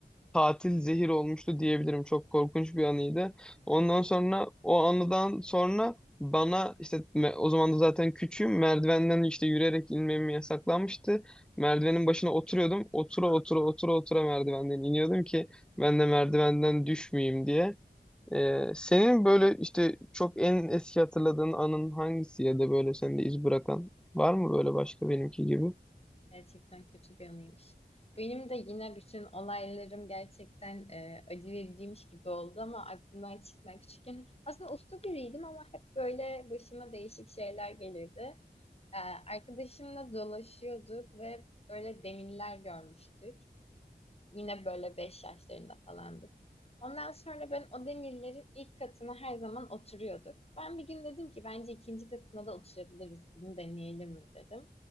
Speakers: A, in the centre; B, on the left.
A: tatil zehir olmuştu diyebilirim. Çok korkunç bir anıydı. Ondan sonra o anıdan sonra bana işte me- o zaman da zaten küçüğüm merdivenden işte yürüyerek inmem yasaklanmıştı. Merdivenin başına oturuyordum. Otura otura otura otura merdivenden iniyordum ki ben de merdivenden düşmeyeyim diye. Ee, senin böyle işte çok en eski hatırladığın anın hangisi ya da böyle sende iz bırakan var mı böyle başka benimki gibi?
B: Gerçekten kötü bir anıymış. Benim de yine bütün olaylarım gerçekten e, acı vericiymiş gibi oldu ama aklımdan çıkmayan küçükken aslında uslu biriydim ama hep böyle başıma değişik şeyler gelirdi. Ee, Arkadaşımla dolaşıyorduk ve böyle demirler görmüştük. Yine böyle 5 yaşlarında falandık. Ondan sonra ben o demirlerin ilk katına her zaman oturuyorduk. Ben bir gün dedim ki bence ikinci katına da oturabiliriz. Bunu deneyelim mi dedim.